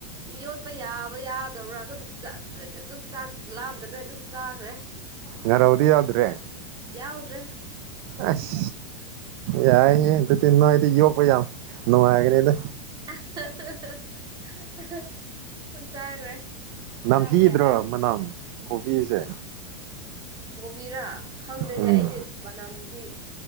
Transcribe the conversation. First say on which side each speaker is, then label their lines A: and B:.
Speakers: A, on the right (about 25°); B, on the right (about 50°).
A: ꯌꯣꯠꯄ ꯌꯥꯕ ꯌꯥꯗꯕ꯭ꯔꯥ ꯑꯗꯨꯝ <unintelligible> ꯑꯗꯨꯝ ꯆꯥꯛ ꯂꯥꯝꯗꯅ ꯑꯗꯨꯝ ꯆꯥꯈ꯭ꯔꯦ
B: ꯉꯥꯔꯧꯗꯤ ꯌꯥꯎꯗ꯭ꯔꯦ
A: ꯌꯥꯎꯗ꯭ꯔꯦ
B: ꯑꯁ ꯌꯥꯏꯍꯦ ꯗꯨꯗꯤ ꯅꯣꯏꯗꯤ ꯌꯣꯛꯄ ꯌꯥꯝ ꯅꯨꯡꯉꯥꯏꯒꯅꯤꯗ꯫
A: <unintelligible> ꯁꯨꯝ ꯆꯥꯈ꯭ꯔꯦ
B: ꯅꯝꯊꯤꯗ꯭ꯔꯣ
A: ꯆꯥꯕ ꯌꯥꯔ
B: ꯃꯅꯝ ꯀꯣꯕꯤꯁꯦ꯫
A: ꯀꯣꯕꯤꯔꯥ ꯈꯪꯗꯦꯅꯦ
B: ꯎꯝ
A: ꯑꯩꯗꯤ ꯃꯅꯝꯗꯤ꯫